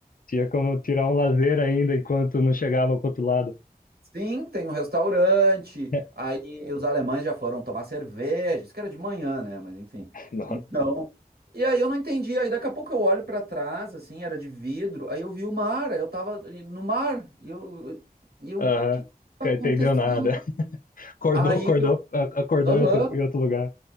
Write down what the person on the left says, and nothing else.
tinha como tirar um lazer ainda enquanto não chegava pro outro lado.
<laughs>
Nossa,
aham,
não
entendeu nada. <laughs> Acordou,
acordou,
a- acordou
em outro, em outro lugar.